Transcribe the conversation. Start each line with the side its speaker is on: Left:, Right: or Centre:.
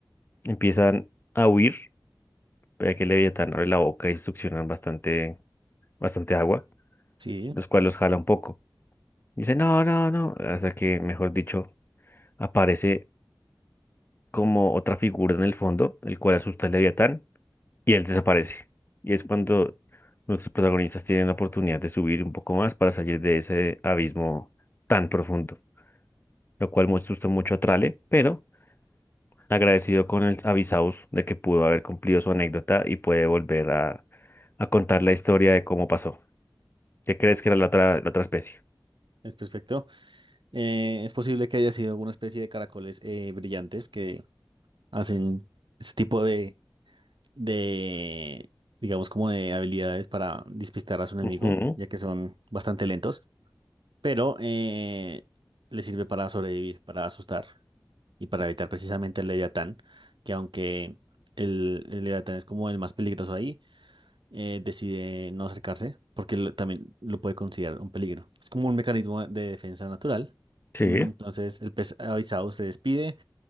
Left: empiezan a huir, pero que el leviatán abre la boca y succionan bastante, bastante agua,
Right: Sí,
Left: los cuales los jala un poco. Dice, no, no, no. Hasta que, mejor dicho, aparece como otra figura en el fondo, el cual asusta al Leviatán, y él desaparece. Y es cuando nuestros protagonistas tienen la oportunidad de subir un poco más para salir de ese abismo tan profundo, lo cual me asusta mucho a Trale, pero agradecido con el Avisaus de que pudo haber cumplido su anécdota y puede volver a, a contar la historia de cómo pasó. ¿Qué crees que era la otra, la otra especie?
Right: es perfecto. Eh, es posible que haya sido alguna especie de caracoles eh, brillantes que hacen este tipo de, de, digamos, como de habilidades para despistar a su enemigo,
Left: Ujú,
Right: ya que son bastante lentos, pero eh, le sirve para sobrevivir, para asustar y para evitar precisamente el Leviatán, que aunque el, el Leviatán es como el más peligroso ahí, eh, decide no acercarse porque lo- también lo puede considerar un peligro. Es como un mecanismo de defensa natural.
Left: Sí.
Right: Mm, Entonces el pez avisado se despide